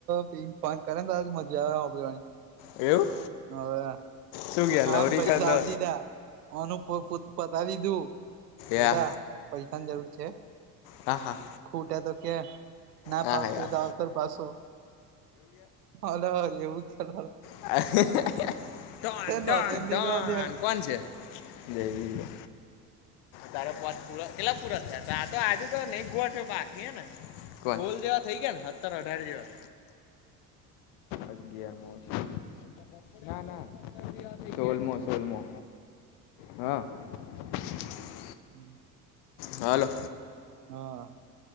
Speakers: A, on the right (about 75°); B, on the left (about 55°).
A: પિંક ફન કરે ને ત મજા આવે <inaudible>
B: એવું?
A: હવે
B: શું કે લવરી
A: અન પૈસા
B: કરતો
A: આ પતાવી દું બેટા,
B: યા
A: પૈસાની જરૂર છે
B: હા હા
A: ખૂટા તો કે, ના
B: હા
A: ફાવતું
B: હા યા
A: હોય તો આવતર પાછો, અ એવું કે
B: હ ટન ટન
A: નોકરી જ
B: ટન,
A: ની કરવા દેવાય
B: કોણ છે દવી? તારે પચ પૂરા એટલા પૂરા થયા તો આ તો આજે તો નહી ગોવાઠ બાકી હ ને સોલ જેવા થઇ ગયા ને સતર અઢાર જેવા, અગિયાર <inaudible> <inaudible> ના ના સોલમો સોલમો હા <unintelligible>
A: હમ.
B: હાલો.
A: હા.